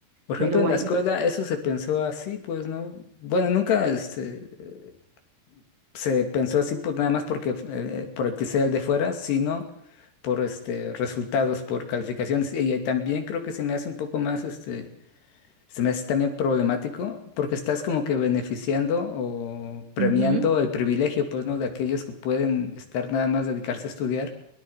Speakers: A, on the left; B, on the right.
A: Por ejemplo,
B: pero
A: en
B: bueno.
A: la escuela eso se pensó así, pues, ¿no? Bueno, nunca este, eh, se pensó así pues, nada más porque eh, eh, por el que sea el de fuera, sino por este resultados, por calificaciones. Y, eh, también creo que se me hace un poco más este Se me hace también problemático porque estás como que beneficiando o premiando
B: Ujú,
A: el privilegio, pues, ¿no? De aquellos que pueden estar nada más dedicarse a estudiar